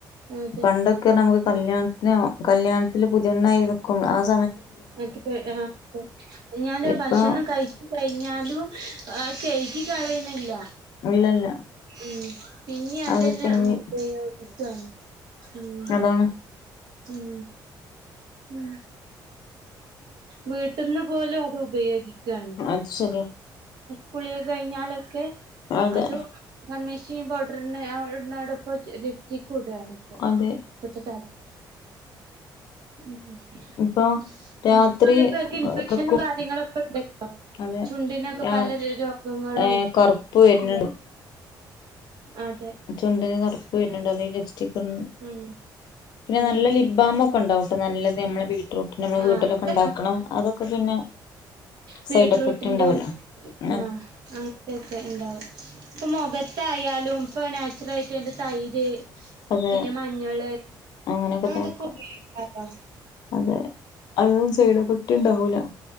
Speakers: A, on the right; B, on the left.
A: അതെ
B: പണ്ടൊക്കെ നമുക്ക് കല്യാണത്തിനോ കല്യാണത്തിൽ പുതിയെണ്ണായി നിക്കും ആ സ
A: ന്നട്ട് പ്പോ ഞാന്
B: ഇപ്പൊ
A: ഭക്ഷണം കഴിച്ച - കഴിഞ്ഞാലും ആ കയ്കി കളയണില്ല
B: ഇല്ലല്ല
A: ഉം പിന്നെ അതന്നെ
B: അത് പിന്നെ
A: ഉപയോഗിക്കാണ് ഉം
B: അതാണ്
A: ഉം ഉം വീട്ട്ന്ന് പോലും അത് ഉപയോഗിക്കയാണ്
B: അത് ശരിയ
A: കുളി കഴിഞ്ഞാലൊക്കെ
B: അതെ
A: അതു കൺമിഷി, പൗഡറി ഇട്നോടപ്പം ലിഫ്സ്റ്റിക്കും ഇടാണിപ്പോ
B: അതെ
A: ഇപ്പത്ത <unintelligible> ളം
B: ഇപ്പൊ രാത്രി
A: അതി കൊറെ പേർക്ക് ഇൻഫെക്ഷനും
B: കക്കും
A: കാര്യങ്ങളൊക്കെ ഉണ്ടല്ലോ
B: അതെ
A: ചുണ്ടിനൊക്കെ പല
B: ആ
A: രോ രോഗങ്ങളും
B: ഏ കറുപ്പ് വരുന്നുണ്ട്
A: ഉം. അതെ.
B: ചുണ്ടിന് കറുപ്പ് വരുന്നുണ്ടോ ഈ ലിപ്സ്റ്റിക്കും
A: ഉം
B: പിന്നെ
A: ഉം
B: നല്ല ലിപ്. ലിപ്ബാം ഒക്കെ ഉണ്ടാക്കൂട്ടാ നല്ലത് നമ്മളെ ബീറ്റ്റൂട്ടിൻ്റെ നമ്മള്
A: ആഹ്
B: വീട്ടിലൊക്കെ
A: അത്
B: ഉണ്ടാക്ക്‌ണെ അതൊക്കെ പിന്നെ.
A: ബീടറൂട്ടിന്റെ
B: സൈഡ് എഫക്ട് ഉണ്ടാവല്ലോ
A: ആഹ
B: അത്
A: അങ്ങനത്തൊക്കെ ഉണ്ടാവും ഇപ്പൊ മുഖത്തായാലും ഇപ്പൊ നാച്ചുറൽ ആയിട്ട് എന്റെ തൈര്
B: അത്
A: പിന്നെ മഞ്ഞള്
B: അങ്ങനെയൊക്കെ
A: അങ്ങനതൊക്കെ
B: തേക്ക
A: ഉപയോഗിക്കാലോ
B: അതെ അതും സൈഡ് എഫക്ട് ഉണ്ടാവൂല